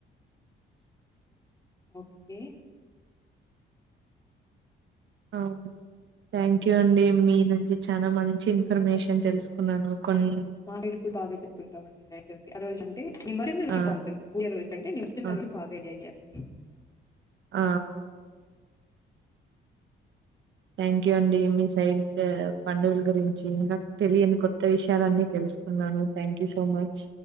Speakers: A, on the left; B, on the right.
A: ఓకే
B: ఆహ్ థ్యాంక్ యూ అండి మీ నుంచి చాలా మంచి ఇన్ఫర్మేషన్ తెలుసుకున్నాను కొన్
A: మా సైడు కూడా అవే చెప్పుకుంటాండి చవితి ఆ రోజు ని మరిన్ను రోజు
B: ఆ!
A: బాగుంటుంది మీ ఇక రోజు అంటే మేము వచ్చిన
B: ఆ!
A: రోజు బాగా ఎంజాయ్ చేస్తారు
B: ఆ థ్యాంక్ యూ అండి మీ సైడ్ పండుగల గురించి ఇంకా తెలియని కొత్త విషయాలన్నీ తెలుసుకున్నాను థ్యాంక్ యూ సో మచ్